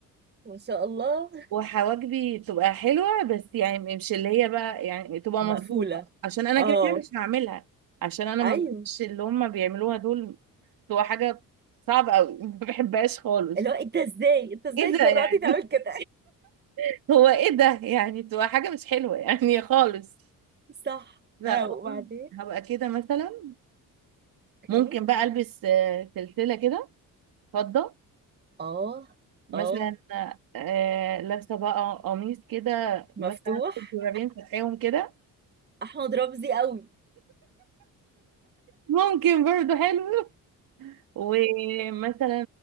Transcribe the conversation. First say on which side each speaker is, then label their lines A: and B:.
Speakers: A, on the right; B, on the right.
A: ما شاء الله
B: وحواجبي تبقى حلوة بس يعني مش اللي هي بقى يعني تبقى
A: مقفوله
B: مظبوطة عشان انا
A: اه
B: كده كده مش هعملها عشان انا
A: ايوه
B: ما بحبش اللي هم بيعملوها دول تبقى حاجة صعبة قوي <laughs> ما بحبهاش خالص
A: اللي هو انت ازاي انت ازاي
B: ايه ده
A: جرأتي
B: يعني
A: تعمل كده
B: <laughs> هو ايه ده يعني تبقى حاجة مش حلوة يعني خالص
A: <laughs> صح
B: لا
A: اه وبعدين
B: والله هبقى كده مثلا
A: اوكي
B: ممكن بقى البس آه، سلسلة كده فضة
A: اه
B: مثلا
A: اه
B: آه، لابسة بقى قميص كده
A: مفتوح
B: مثلا أخد زرارين فاتحيهم كده
A: احمد رمزي قوي
B: ممكن برضه حلو ومثلا